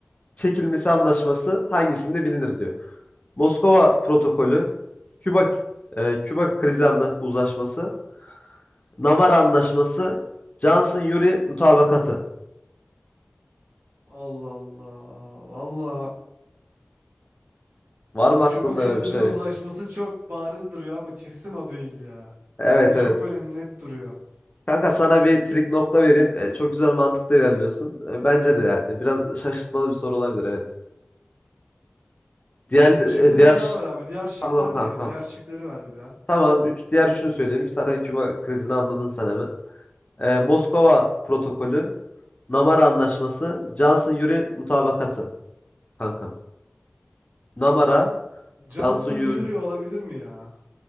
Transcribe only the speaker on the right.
Allah Allah. Valla
Küba krizi
uzlaşması çok bariz duruyor ama kesin o değil ya.
Ha bir de çok
böyle net duruyor.
Hmm,
şıkları
bir daha ver abi. Diğer şıklar
neydi? Diğer şıkları ver bir daha.
Johnson
Nuri olabilir mi ya?